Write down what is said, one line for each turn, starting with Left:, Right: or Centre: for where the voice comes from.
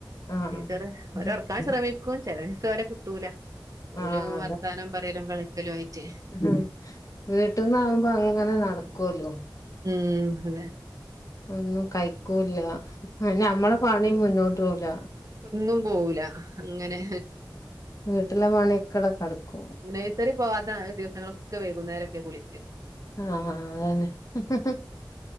Left: ആഹ്
Right: ടീച്ചറ് അവരെ ഒറക്കാൻ ശ്രമിക്കും ചെല ദിവസം ഓലെ കിട്ടൂല ഓല
Left: ആഹ്
Right: വർത്താനം പറയലും കളിക്കലും ആയിട്ട്
Left: ഉ വീട്ടിന്നാവുമ്പോ അങ്ങനെ നടക്കുല്ലോ
Right: ഉം അതെ
Left: ഒന്നും കഴിക്കൂല്ലപിന്നെ മ്മളെ പണി മുന്നോട്ടോവൂല
Right: ഒന്നും പോവുല അങ്ങനെ
Left: വീട്ടിലെ പണിയൊക്കെടെ കടക്കും
Right: നഴ്സറി പോവാതായ ദിവസങ്ങളൊക്കെ വൈകുന്നേരൊക്കെ കുളി
Left: ആ അതന്നെ ഹ് ഹ്